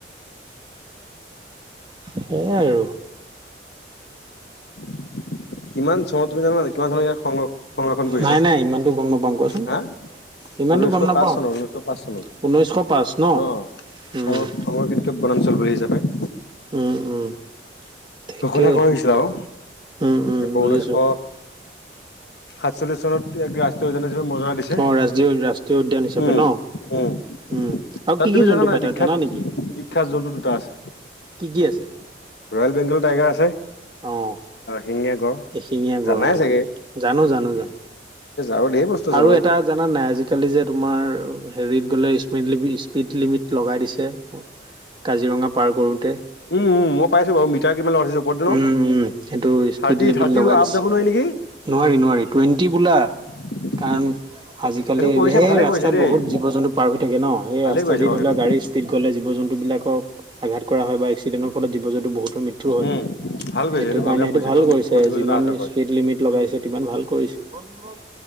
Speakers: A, on the right; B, on the left.
A: সেইয়াই আৰু।
B: <inaudible> কিমান চনত তুমি জানা নাই কিমান চনত ইয়াক সংৰক্ষণ কৰিছে
A: নাই নাই ইমানতো গম নাপাওঁ কোৱাচোন
B: হা?
A: ইমানতো
B: ঊনৈশ
A: গম নাপাওঁ
B: পাঁচ চনত ঊনৈশ পাঁচ চনত,
A: ঊনৈছশ পাঁচ ন
B: অ'।
A: উম
B: সং সংৰক্ষিত্ৰ বনাঞ্চল বুলি হিচাপে <inaudible>
A: উম উম ঠিকেই
B: ঘোষণা কৰা হৈছিল আৰু
A: উম উম
B: এশ
A: বুজিছো
B: ঊনৈশ সাতচল্লিশ চনত ইয়াক ৰাষ্ট্ৰীয় উদ্যান হিচাপে মৰ্যাদা দিছে,
A: অ ৰাষ্ট্ৰীয় ৰাষ্ট্ৰীয় উদ্যান হিচাপে
B: উম।
A: ন
B: উম।
A: উম, আৰু
B: তাত
A: কি
B: তুমি
A: কি
B: জানা
A: জন্তু
B: নাই
A: পাই
B: বিখ্যাত
A: ত জানা নেকি?
B: বিখ্যাত জন্তু দুটা আছে।
A: কি কি আছে?
B: ৰয়েল বেংগলৰ টাইগাৰ আছে।
A: অঁ
B: আৰু শিঙীয়া গড়
A: এশিঙীয়া
B: জানাই
A: গড় মানে
B: চাগে
A: জানোঁ জানোঁ জানোঁ
B: আৰু ঢেৰ বস্তু আছে
A: আৰু
B: বাৰু
A: এটা জানানে নাই আজিকালি যে তোমাৰ হেৰিত গ'লে স্পিড লি স্পিড লিমিট লগাই দিছে কাজিৰঙা পাৰ কৰোতে
B: উম মই পাইছো বাৰু মিটাৰ কিমান লগাইছে ওপৰত ন
A: উম উম সেইটো স্পীড
B: থাৰ্টি
A: লিমিট
B: থাৰ্টি
A: লগাই
B: আপ
A: দিছে
B: যাব নোৱাৰি নেকি
A: নোৱাৰি নোৱাৰি টুৱেণ্টি বোলা
B: <unintelligible>
A: কাৰণ আজিকালি
B: সেইটো
A: সেই
B: কৰিছে ভালে
A: ৰাস্তাত
B: কৰিছে দেই
A: বহুত জীৱ জন্তু পাৰ হৈ থাকে ন সেই
B: ভালে
A: ৰাস্তা
B: কৰিছে
A: দি
B: বাৰু
A: ধৰি
B: সেইটো
A: লোৱা গাড়ী স্পীড গ'লে জীৱ জন্তু বিলাকক আঘাত কৰা হয় বা এক্সিডেন্টৰ ফলত জীৱ জন্তু বহুতৰ মৃত্যু হয়
B: উম ভাল কৰিছে
A: সেইটো কাৰণে
B: কাম
A: সেইটো ভাল
B: কাৰণ
A: কৰিছে
B: বহুত জীৱ জন্তু
A: যিমান
B: অহা যোৱা কৰে
A: স্পীড লিমিট লগাইছে িমান ভাল কৰিছে